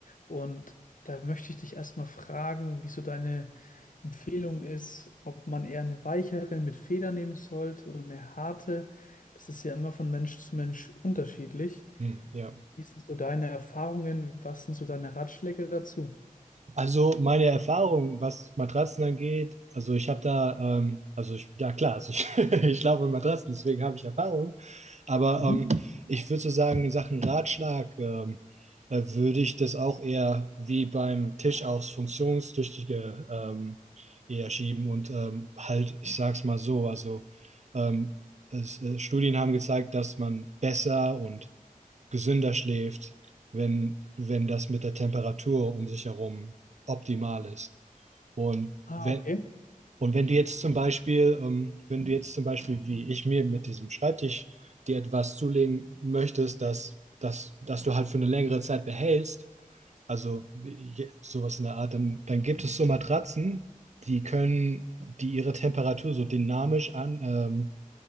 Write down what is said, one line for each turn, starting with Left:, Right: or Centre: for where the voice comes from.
Left: Und da möchte ich dich erstmal fragen, wie so deine Empfehlung ist, ob man eher eine weichere mit Feder nehmen sollte oder eine harte. Das ist ja immer von Mensch zu Mensch unterschiedlich.
Right: Hm, ja.
Left: Wie sind so deine Erfahrungen? Was sind so deine Ratschläge dazu?
Right: Also meine Erfahrung, was Matratzen angeht, also ich habe da, ähm, also ich, ja klar, also ich, <laughs> ich schlafe mit Matratzen, deswegen habe ich Erfahrung. Aber
Left: Mhm.
Right: ähm, ich würde so sagen, in Sachen Ratschlag ähm, äh, würde ich das auch eher wie beim Tisch aufs Funktionstüchtige ähm, eher schieben und ähm, halt, ich sag's mal so, also ähm, es, äh, Studien haben gezeigt, dass man besser und gesünder schläft, wenn, wenn das mit der Temperatur um sich herum optimal ist. Und
Left: Ah,
Right: wenn,
Left: okay.
Right: und wenn du jetzt zum Beispiel, ähm, wenn du jetzt zum Beispiel, wie ich mir mit diesem Schreibtisch dir etwas zulegen möchtest, dass, dass, dass du halt für eine längere Zeit behältst, also je- sowas in der Art, dann, dann gibt es so Matratzen, die können, die ihre Temperatur so dynamisch an, ähm,